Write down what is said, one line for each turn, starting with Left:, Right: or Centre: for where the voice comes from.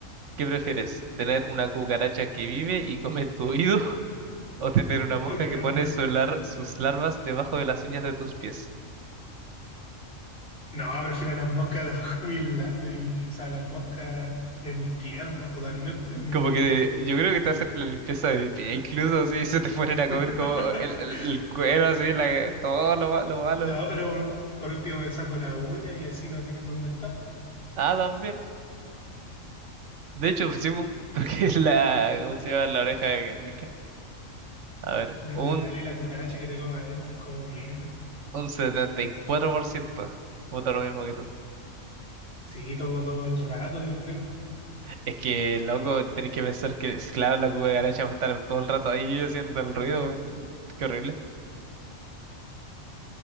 Right: ¿Qué prefieres? ¿Tener una cucaracha que vive y come en tu oído? <laughs> ¿O tener una mosca
Left: Oh, ¿Qué
Right: que
Left: onda?
Right: pone su lar- sus larvas debajo de las uñas de tus pies?
Left: No, prefiero las moscas debajo de, <laughs> mi, la- de mi- o sea, las moscas en mis piernas totalmente, en mis
Right: Como
Left: pies.
Right: que yo creo que te hacen una limpieza de pie, incluso si <laughs> se te ponen a
Left: <laughs>
Right: comer como el, el- el cuero, así, la, todo lo, ma- lo malo.
Left: No, pero por, por último me saco la uña y así no tienen dónde estar.
Right: Ah, también. De hecho, pues sí, po, <laughs> porque es la, ¿cómo se llama? La oreja de Guernica. A ver,
Left: Literal,
Right: un,
Left: y la cucaracha que te come adentro es como horrible.
Right: un 74% vota lo mismo que tú.
Left: Sí, todo, todo el rato, yo creo.
Right: Es que, loco, tenés que pensar que, si, claro, la cucaracha va a estar todo el rato ahí haciendo tal ruido, weón. Qué horrible.